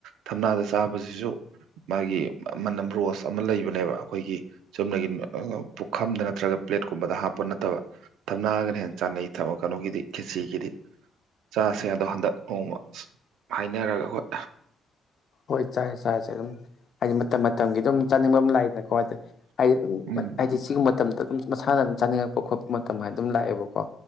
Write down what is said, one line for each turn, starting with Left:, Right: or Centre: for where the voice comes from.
Right: ꯊꯝꯅꯥꯗ ꯆꯥꯕꯖꯤꯖꯨ ꯃꯥꯒꯤ ꯃꯅꯝ ꯔꯣꯁ ꯑꯃ ꯂꯩꯕꯅꯦꯕ ꯑꯈꯣꯏꯒꯤ ꯆꯨꯝꯅꯒꯤ ꯃ ꯑ ꯄꯨꯈꯝꯗ ꯅꯠꯇ꯭ꯔꯒ ꯄ꯭ꯂꯦꯠ ꯀꯨꯝꯕꯗ ꯍꯥꯞꯄ ꯅꯠꯇꯕ ꯊꯝꯅꯥꯒꯅ ꯍꯦꯟꯅ ꯆꯥꯅꯩ ꯊꯃ ꯀꯩꯅꯣꯒꯤꯗꯤ ꯈꯦꯆꯤꯒꯤꯗꯤ ꯆꯥꯁꯤ ꯑꯗꯣ ꯍꯟꯗꯛ ꯅꯣꯡꯃ ꯍꯥꯏꯅꯔꯒ ꯍꯣꯏ
Left: ꯍꯣꯏ ꯆꯥꯏ ꯆꯥꯔꯁꯦ ꯑꯗꯨꯝ ꯍꯥꯏꯗꯤ ꯃꯇꯝ ꯃꯇꯝꯒꯤ ꯑꯗꯨꯝ ꯆꯥꯅꯤꯡꯕꯃ ꯂꯥꯛꯏꯗꯅꯀꯣ ꯍꯥꯏ
Right: ꯎꯝ
Left: ꯍꯥꯏ ꯗꯤ ꯁꯤ ꯃꯇꯝꯗ ꯑꯗꯨꯝ ꯃꯁꯥꯅ ꯑꯗꯨꯝ ꯆꯥꯅꯤꯡꯉꯛꯄ ꯈꯣꯠꯄ ꯃꯇꯝ ꯍꯥꯏ ꯑꯗꯨꯝ ꯂꯥꯛꯑꯦꯕꯀꯣ